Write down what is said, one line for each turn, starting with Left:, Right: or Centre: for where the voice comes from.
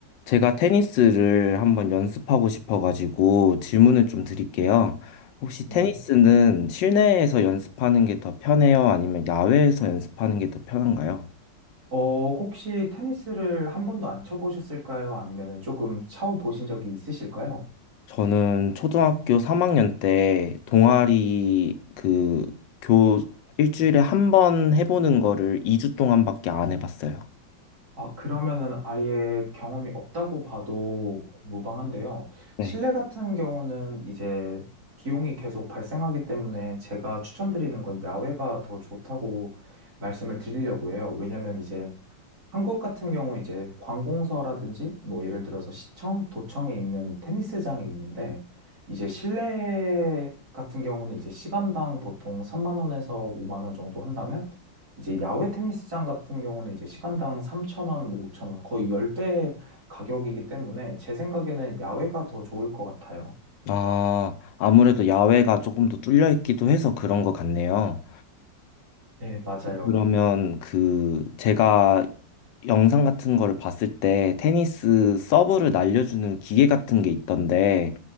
Left: 제가 테니스를 한번 연습하고 싶어가지고 질문을 좀 드릴게요. 혹시
Right: 네.
Left: 테니스는 실내에서 연습하는 게 더 편해요? 아니면 야외에서 연습하는 게 더 편한가요?
Right: 어, 혹시 테니스를 한 번도 안 쳐보셨을까요? 아니면은 조금 쳐보신 적이 있으실까요?
Left: 저는 초등학교 3학년 때 동아리 그 교 일주일에 한 번 해보는 거를 2주 동안밖에 안 해봤어요.
Right: 아, 그러면은 아예 경험이 없다고 봐도 무방한데요.
Left: 네.
Right: 실내 같은 경우는 이제 비용이 계속 발생하기 때문에 제가 추천드리는 건 야외가 더 좋다고 말씀을 드리려고 해요. 왜냐면 이제 한국 같은 경우 이제 관공서라든지 뭐 예를 들어서 시청, 도청에 있는 테니스장이 있는데 이제 실내 같은 경우는 이제 시간당 보통 3만 원에서 5만 원 정도 한다면 이제 야외 테니스장 같은 경우는 이제 시간당 3천 원, 뭐 5천 원 거의 10배 가격이기 때문에 제 생각에는 야외가 더 좋을 것 같아요.
Left: 아, 아무래도 야외가 조금 더 뚫려 있기도 해서 그런 것 같네요.
Right: 네, 맞아요.
Left: 그러면 그 제가 영상 같은 거를 봤을 때 테니스 서브를 날려주는 기계 같은 게 있던데